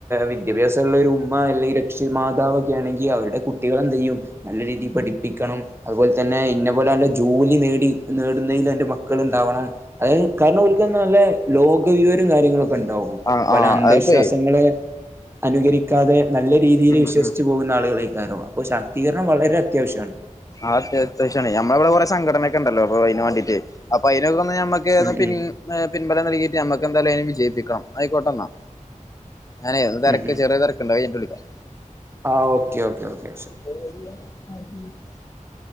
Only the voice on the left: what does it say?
ആഹ്
ആഹ്
അത്പ്പേ
ഉം
ഉം
ആത്യാച്ച്യണ നമ്മളെ വടെ കൊറെ സംഘടന ഒക്കെണ്ടല്ലോ പൊ അയ്ന് വേണ്ടീട്ട് അപ്പ അയിനൊക്കൊന്ന് ഞമ്മ ഏത്
പിൻ
എഹ് പിൻബലം നൽകിട്ട് നമ്മക്കന്തായാലും അയിന് വിജയിപ്പിക്കണം ആയിക്കോട്ടെന്നാ ഞാനേ തെരക്ക്
ചെറിയ തെരക്കുണ്ട് അത്കഴിഞ്ഞിട്ട് വിളിക്കാം
<inaudible>